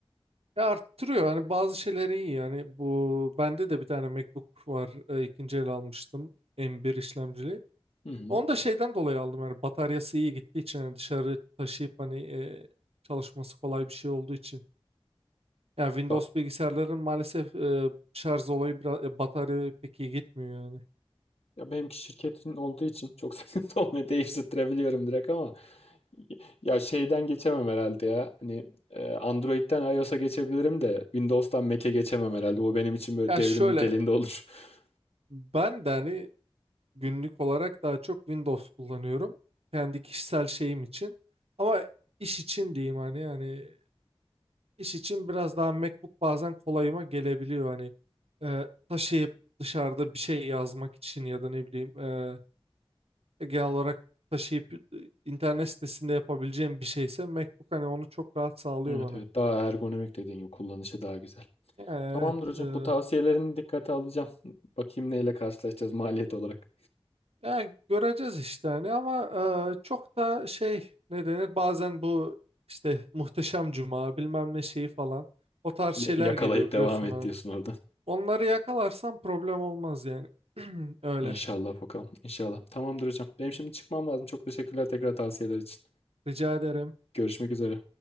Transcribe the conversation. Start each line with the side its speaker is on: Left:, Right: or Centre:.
Right: Ya arttırıyor hani bazı şeyleri iyi yani bu bende de bir tane MacBook var e, ikinci el almıştım M1 işlemcili.
Left: Hı hı.
Right: Onu da şeyden dolayı aldım yani bataryası iyi gittiği için yani dışarı taşıyıp hani e, çalışması kolay bir şey olduğu için. Ya Windows
Left: Ya,
Right: bilgisayarların maalesef e, şarj olayı biraz e, batarya pek iyi gitmiyor yani.
Left: ya benimki şirketin olduğu için çok <laughs> sıkıntı olmuyor. Değiştirebiliyorum direkt ama. Ya şeyden geçemem herhalde ya. Hani e, Android'den iOS'a geçebilirim de Windows'tan Mac'e geçemem herhalde. O benim için böyle
Right: Ya
Left: devrim
Right: şöyle
Left: niteliğinde olur. <laughs>
Right: ben de hani günlük olarak daha çok Windows kullanıyorum. Kendi kişisel şeyim için. Ama iş için diyeyim hani yani iş için biraz daha MacBook bazen kolayıma gelebiliyor hani e, taşıyıp dışarıda bir şey yazmak için ya da ne bileyim e, e, genel olarak taşıyıp e, internet sitesinde yapabileceğim bir şeyse MacBook hani onu çok rahat sağlıyor
Left: Evet
Right: bana.
Left: evet daha ergonomik dediğin gibi kullanışı daha güzel.
Right: E, Evet.
Left: Tamamdır hocam.
Right: e.
Left: Bu tavsiyelerini dikkate alacağım. Bakayım neyle karşılaşacağız maliyet olarak.
Right: Yani göreceğiz işte hani ama e, çok da şey ne denir bazen bu işte Muhteşem Cuma bilmem ne şeyi falan o tarz
Left: Ya-
Right: şeyler
Left: yakalayıp
Right: geliyor
Left: devam
Right: biliyorsun
Left: et
Right: hani.
Left: diyorsun orada.
Right: Onları yakalarsam problem olmaz yani. <clears throat> Öyle.
Left: İnşallah bakalım. İnşallah. Tamamdır hocam. Benim şimdi çıkmam lazım. Çok teşekkürler tekrar tavsiyeler için.
Right: Rica ederim.
Left: Görüşmek üzere.